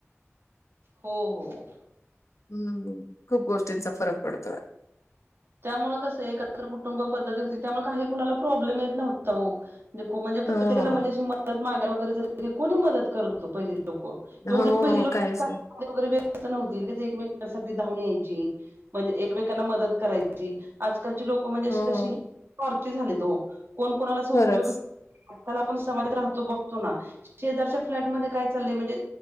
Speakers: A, on the right; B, on the left.
A: हो हो.
B: हम्म खूप गोष्टींचा फरक पडतो.
A: त्यामुळे कसं एकत्र कुटुंब पद्धती होती त्यामुळे काही कुणाला प्रॉब्लेम येत नव्हता. म्हे म्हणजे प्रत्येकाला
B: हो,
A: म्हणजे अशी मदत मागाय वगैरे, जरी की कोणी मदत करत होती लोकं. एवढी
B: हो
A: पहिली लोकं.
B: काहीच नाही.
A: <unintelligible> व्यस्त नव्हती ऐकमेकांसाठी धावून यायची म्हणजे एकमेकांना मदत करायची आजकालची लोकं म्हणजे अशी
B: हो,
A: कशी स्वार्थी झालेत हो. कोण कोणाला असं
B: खरंच
A: उपयोगी आता आपण समाजात राहतो बघतो ना. शेजारच्या फ्लॅट मध्ये काय चाललंय म्हणजे